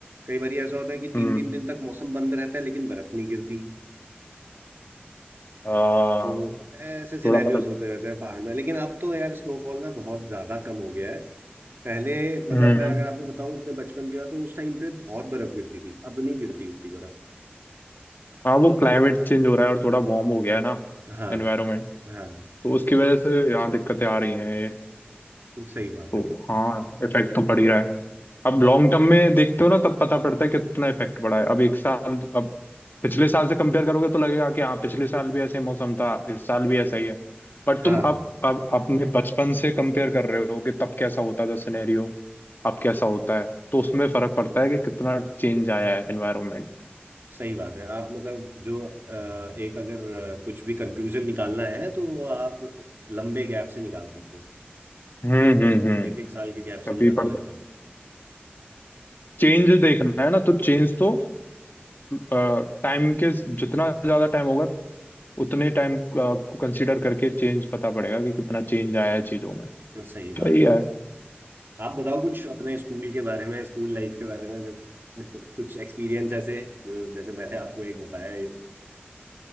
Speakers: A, on the right; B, on the left.
A: कई बार ऐसा होता है कि तीन
B: हम्म
A: तीन दिन तक मौसम बंद रहता है लेकिन बर्फ नहीं गिरती
B: आ,
A: तो ऐसे सिनेरियोज
B: थोड़ा मतलब
A: होते रहते हैं पहाड़ में लेकिन अब तो यार स्नोफॉल ना बहुत ज्यादा कम हो गया है पहले मतलब
B: हम्म
A: मैं अगर आपको बताऊं अपने बचपन की बात तो उस टाइम पे बहुत बर्फ गिरती थी अब नहीं गिरती उतनी बर्फ
B: हाँ वो क्लाइमेट चेंज हो रहा है और थोड़ा वार्म हो गया है ना
A: हाँ
B: एनवायरनमेंट
A: हाँ
B: तो उसकी वजह से यहाँ दिक्कतें आ रही हैं
A: सही बात
B: तो
A: है
B: हाँ इफेक्ट तो पड़ ही रहा है अब लॉन्ग टर्म में देखते हो ना तब पता पड़ता है कितना इफेक्ट पड़ा है अब एक साल अब पिछले साल से कंपेयर करोगे तो लगेगा कि हाँ पिछले साल भी ऐसे मौसम था इस साल भी ऐसा ही है बट
A: हाँ
B: तुम अब अब अपने बचपन से कंपेयर कर रहे हो कि तब कैसा होता था सिनेरियो अब कैसा होता है तो उसमें फर्क पड़ता है कि कितना चेंज आया है एनवायरमेंट
A: सही बात है आप मतलब जो अ, एक अगर अ, कुछ भी कंक्लूजन निकालना है तो वो आप लंबे गैप से निकाल सकते हो
B: हम्म
A: तो
B: हम्म हम्म
A: एक एक साल के गैप से
B: तभी
A: नहीं पता
B: पड़ता
A: लगता
B: चेंज देखना है ना तो चेंज तो टाइम के जितना ज्यादा टाइम होगा उतने टाइम को कंसीडर करके चेंज पता पड़ेगा कि कितना चेंज आया है चीजों में
A: तो सही बात
B: वही
A: है
B: है
A: आप बताओ कुछ अपने स्कूल के बारे में स्कूल लाइफ के बारे में जब <laughs> कुछ एक्सपीरियंस ऐसे जो जैसे मैंने आपको एक बताया है।